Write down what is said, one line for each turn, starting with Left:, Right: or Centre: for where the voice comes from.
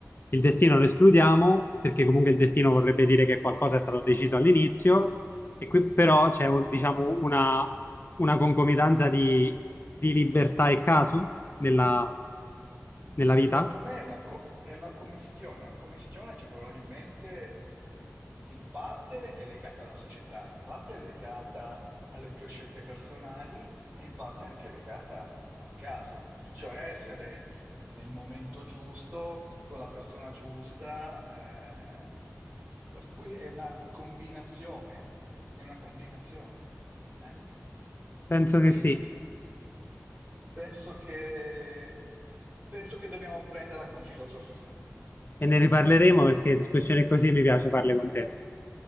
Left: Il destino lo escludiamo perché comunque il destino vorrebbe dire che qualcosa è stato deciso all'inizio e qui però c'è un- diciamo una, una concomitanza di, di libertà e caso nella, nella
Right: Secondo
Left: vita?
Right: me è una, co- è una commistione, una commistione che probabilmente in parte è legata alla società, in parte è legata alle tue scelte personali e in parte è anche legata al caso, cioè essere nel momento giusto, con la persona giusta, eh, per cui è una combinazione, è una combinazione. eh.
Left: Penso
Right: Quindi
Left: che sì.
Right: penso che, penso che dobbiamo prenderla con filosofia,
Left: E ne riparleremo perché discussioni così mi piace farle con te.